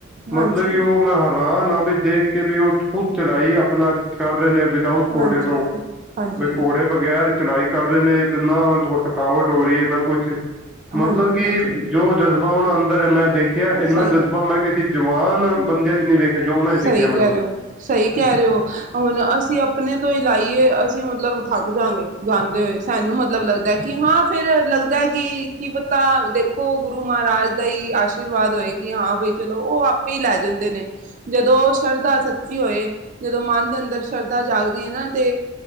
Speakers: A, on the right; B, in the centre.
A: ਹਾਂਜੀ
B: ਮਤਲਬ ਕਿ ਔਹ ਮੈਂ ਹੈਰਾਨ ਹਾਂ ਵੀ ਦੇਖ ਕੇ ਵੀ ਔਹ ਖੁਦ ਚੜਾਈ ਆਪਣਾ ਕਰ ਰਹੇ ਨੇ। ਦਾਊਦ
A: ਹਾਂਜੀ
B: ਘੜੇ ਤੋਂ
A: ਹਾਂਜੀ
B: ਵੀ ਘੜੇ ਬਗੈਰ ਚਲਾਈ ਕੱਰ ਰੇ ਨੇ, ਤੇ ਨਾ ਓਨਾਂ ਨੂੰ ਥਕਾਵਟ ਹੋ ਰਿਐ, ਨਾ ਕੁਛ।
A: ਹਾਂਜੀ
B: ਮਤਲਬ ਕਿ
A: ਹਾਂਜੀ
B: ਜੋ ਜਜ਼ਬਾ ਔਣਾ ਅੰਦਰ ਹੈ। ਮੈਂ ਦੇਖਿਆ ਇੰਨਾ
A: ਸਹੀ
B: ਜਜ਼ਬਾ ਮੈਂ ਕਿਹਾ ਅਸੀਂ ਜਵਾਨ ਬੰਦਿਆਂ 'ਚ ਨਹੀਂ ਵੇਖਿਆ ਜੋ ਉਹਨਾਂ ਚ ਦਿਖਿਆ
A: ਸਹੀ
B: ਮੈਨੂੰ
A: ਕੈ ਰਹੇ ਔ, ਸਈ ਕੈ ਰੇ ਔ, ਹਹ ਹੁਨ ਅਸੀ ਅਪਨੇ ਤੋ ਈ ਲਾਈਏ, ਅਸੀ ਮਤਲਬ ਥੱਕ ਜਾਂਗੇ, ਜਾਂਦੇ ਹੋਏ। ਸਾਨੂੰ ਮਤਲਬ ਲੱਗਦਾ ਕਿ ਹਾਂ ਫੇਰ ਲੱਗਦਾ ਕਿ ਕੀ ਪਤਾ ਦੇਖੋ ਗੁਰੂ ਮਹਾਰਾਜ ਦਾ ਹੀ ਆਸ਼ ਆਸ਼ੀਰਵਾਦ ਹੋਏ ਕਿ ਹਾਂ ਬਈ ਚਲੋ, ਔ ਆਪੇ ਈ ਲੈ ਜਾਂਦੇ ਨੇ। ਜਦੋਂ ਸ਼ਰਧਾ ਸੱਚੀ ਹੋਏ। ਜਦੋਂ ਮਨ ਦੇ ਅੰਦਰ ਸ਼ਰਧਾ ਜਾਗਦੀ ਹੈ ਨਾ ਤੇ